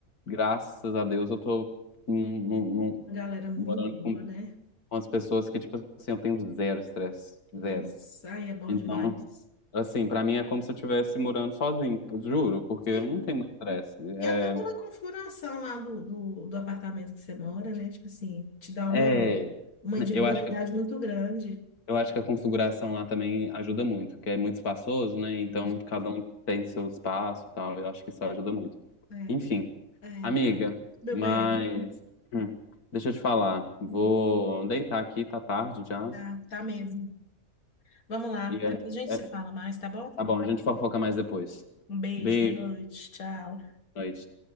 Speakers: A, on the left (about 85°); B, on the left (about 70°).
A: graças a Deus, eu tô num- num- num-
B: A galera é muito
A: morando
B: boa,
A: com
B: né?
A: com as pessoas que, tipo assim, eu tenho zero estresse,
B: Nossa,
A: zero.
B: ai, é bom
A: Então,
B: demais.
A: assim, pra mim é como se eu estivesse morando sozinho, juro, porque
B: Sim.
A: não tem muito estresse.
B: E
A: É,
B: até pela configuração lá do, do, do apartamento que você mora, né? Tipo assim, te dá uma,
A: é,
B: uma individualidade
A: eu acho
B: muito grande.
A: Eu acho que a configuração lá também ajuda muito, porque é muito espaçoso, né? Então
B: Isso.
A: cada um tem seu espaço e tal. Eu acho que isso ajuda muito.
B: É,
A: Enfim,
B: é.
A: amiga,
B: Meu
A: mas
B: bem.
A: hum, deixa eu te falar. Vou
B: Uhum.
A: deitar aqui, tá tarde já.
B: Tá, tá mesmo. Vamos lá,
A: E
B: depois
A: é-
B: a gente
A: é-
B: se fala mais, tá bom?
A: tá bom, a gente fofoca mais depois.
B: Um beijo,
A: Beijo,
B: boa noite, tchau.
A: boa noite.